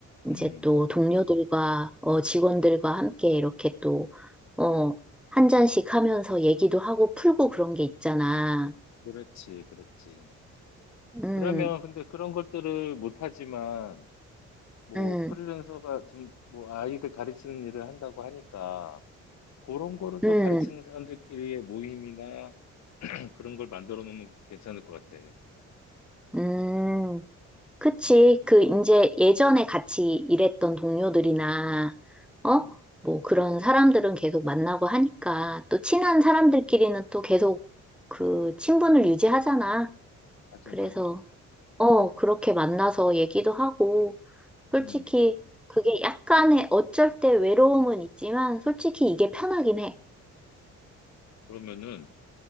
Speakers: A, in the centre; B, on the left (about 65°).
A: 이제
B: 음.
A: 또 동료들과 어, 직원들과 함께 이렇게 또, 어, 한 잔씩 하면서 얘기도 하고 풀고 그런 게 있잖아.
B: 그렇지, 그렇지.
A: 음,
B: 그러면 근데 그런 것들을 못하지만, 뭐,
A: 음,
B: 프리랜서가 지금 뭐 아이들 가르치는 일을 한다고 하니까, 그런 거를 또
A: 음,
B: 가르치는 사람들끼리의 모임이나 <clears throat> 그런 걸 만들어 놓으면 괜찮을 것 같아.
A: 음. 그치.
B: 음,
A: 그, 이제 예전에 같이 일했던 동료들이나,
B: 음.
A: 어? 뭐 그런 사람들은 계속 만나고 하니까, 또 친한 사람들끼리는 또 계속 그 친분을 유지하잖아.
B: 맞아,
A: 그래서,
B: 맞아, 맞아.
A: 어, 그렇게 만나서 얘기도 하고, 솔직히
B: 음.
A: 그게 약간의 어쩔 때 외로움은 있지만, 솔직히 이게
B: 음.
A: 편하긴 해.
B: 그러면은,